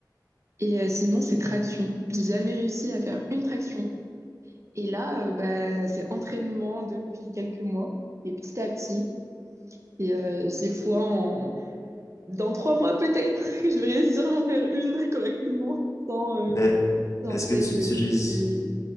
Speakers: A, on the right; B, on the left.
A: Et euh, sinon, c'est traction. J'ai jamais réussi à faire une traction. Et là, euh, bah, c'est entraînement depuis quelques mois, et petit à petit. Et euh, j'ai foi en, dans trois mois peut-être <laughs> que je vais réussir à en faire une correctement sans, euh,
B: Mais
A: sans
B: est-ce que
A: aide
B: tu utilises,
A: de, de-